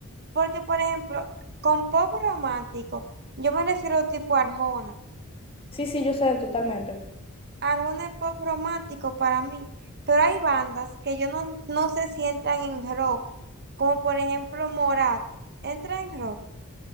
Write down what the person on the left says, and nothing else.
Sí, sí, yo sé totalmente.